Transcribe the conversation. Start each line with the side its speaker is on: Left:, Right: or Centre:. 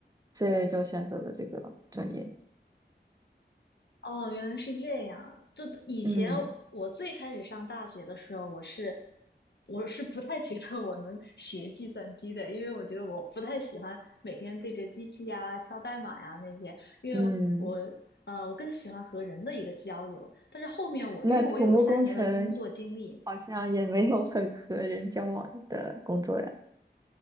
Right: 所以就选择了这个专业。
Left: 哦，原来是这样。就以前我最开始上大学的时候，
Right: 嗯
Left: 我是我是不太觉得我能学计算机的，因为我觉得我不太喜欢每天对着机器呀、敲代码呀那些，因为我
Right: 嗯，
Left: 呃我更喜欢和人的一个交流。但是后面我因为我有三年的工作经历，
Right: 那土木工程好像也没有很和人交往的工作呀。